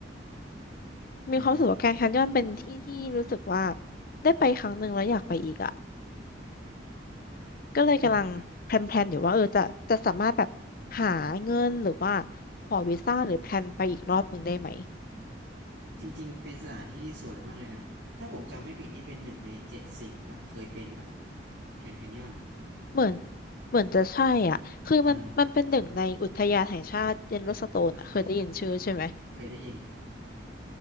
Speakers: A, on the left; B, on the right.
A: มีความรู้สึกว่าแกรนด์แคนยอนเป็นที่ที่รู้สึกว่า
B: อืมอืม
A: ได้ไปครั้งหนึ่งแล้วอยากไปอีกอ่ะก็เลยกำลังแพลนๆอยู่ว่าเออจะจะสามารถแบบ
B: อืมครับ
A: หาเงินหรือว่าขอวีซ่าหรือแพลนไปอีกรอบหนึ่งได้ไหม
B: จริงๆเป็นสถานที่ที่สวยมากเลยนะถ้าผมจำไม่ผิดนี่เป็นหนึ่งในเจ็ดสิ่งปะเคยเป็นปะแกรนด์แคนยอน
A: เหมือนเหมือนจะใช่อ่ะคือมันมันเป็นหนึ่งในอุทยานแห่งชาติเยลโลสโตนอ่ะเคยได้ยินชื่อใช่ไหม
B: อ่าใช่เคยได้ยินครับ